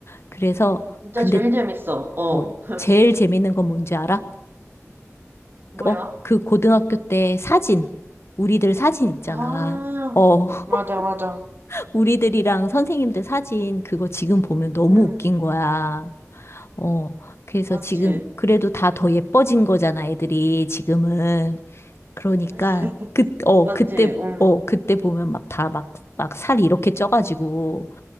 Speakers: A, on the left (about 55°); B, on the right (about 45°).
A: 그래서,
B: 진짜
A: 근데
B: 제일 재밌어. 어.
A: 뭐,
B: <laughs>
A: 제일 재밌는 건 뭔지 알아?
B: 뭐야?
A: 어, 그 고등학교 때 사진, 우리들 사진 있잖아.
B: 아,
A: 어, <laughs>
B: 맞아, 맞아.
A: 우리들이랑 선생님들 사진, 그거 지금 보면 너무
B: 응,
A: 웃긴 거야. 어, 그래서
B: 맞지.
A: 지금, 그래도 다 더 예뻐진 거잖아, 애들이 지금은. 그러니까,
B: <laughs>
A: 그, 어,
B: 맞지,
A: 그때,
B: 응,
A: 어, 그때 보면 막 다 막, 막 살 이렇게 쪄가지고.